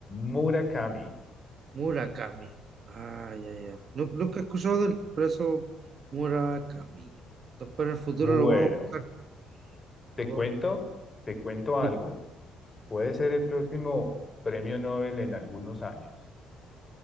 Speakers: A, on the left; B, on the right.
A: Murakami.
B: Murakami. Ah, ya, ya. Nu- Nunca he escuchado del preso Murakami. Después en el futuro
A: Bueno,
B: lo voy a buscar.
A: te
B: Lo voy
A: cuento,
B: a buscar.
A: te cuento algo.
B: Sí.
A: Puede ser el próximo premio Nobel en algunos años.